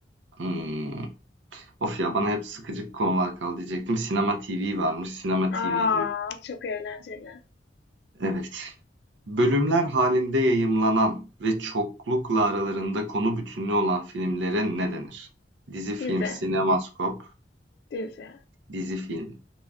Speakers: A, on the right; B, on the left.
A: Hmm. Of ya bana hep sıkıcık konular kaldı diyecektim. Sinema TV varmış. Sinema
B: A!
A: TV diyor.
B: Çok eğlenceli.
A: Evet. Bölümler halinde yayımlanan ve çoklukla aralarında konu bütünlüğü olan filmlere ne denir? Dizi-film,
B: Dizi,
A: sinemaskop,
B: dizi.
A: dizi-film.